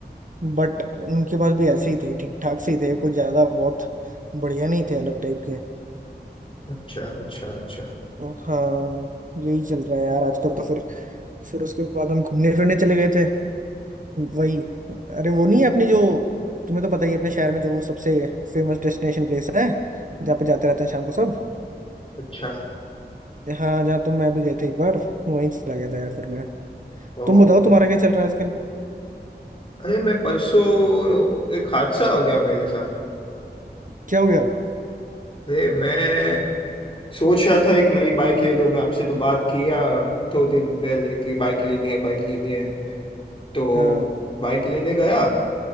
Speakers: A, on the right (about 50°); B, on the left (about 30°).
A: बट उनके पास भी ऐसे ही थे ठीक ठाक से ही थे कुछ ज़्यादा बहुत बढ़िया नहीं थे अलग टाइप के
B: अच्छा अच्छा अच्छा
A: हाँ यही चल रहा है यार आजकल तो फिर फिर उसके बाद हम घूमने फिरने चले गए थे वही अरे वो नहीं है अपनी जो तुम्हें तो पता ही है अपने शहर में जो वो सबसे फेमस डेस्टिनेशन प्लेस है जहाँ पे जाते रहते हैं शाम को सब
B: अच्छा
A: हाँ जहाँ तुम मैं भी गए थे एक बार वहीं चला गया था यार फिर मैं
B: ओ
A: तुम बताओ तुम्हारा क्या चल रहा है आजकल
B: अरे मैं परसों एक हादसा हो गया मेरे साथ
A: क्या हो गया
B: अरे मैं सोच रहा था एक नई बाइक ले लूं मैं आपसे तो बात किया दो दिन पहले कि बाइक लेनी है बाइक लेनी है तो
A: हाँ
B: बाइक लेने गया